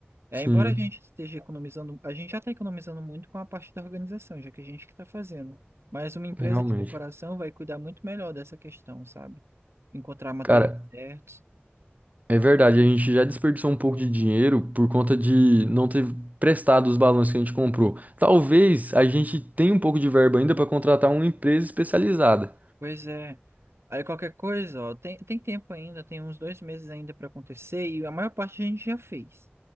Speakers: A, on the right; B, on the right.
A: É,
B: Sim,
A: embora a gente esteja economizando, a gente já está economizando muito com a parte da organização, já que a gente que está fazendo. Mas uma empresa
B: realmente.
A: de decoração vai cuidar muito melhor dessa questão, sabe? Encontrar materiais
B: Cara,
A: certos.
B: é verdade. A gente já desperdiçou um pouco de dinheiro por conta de não ter prestado os balões que a gente comprou. Talvez a gente tenha um pouco de verba ainda para contratar uma empresa especializada.
A: Pois é. Aí qualquer coisa, ó, tem, tem tempo ainda, tem uns dois meses ainda para acontecer e a maior parte a gente já fez.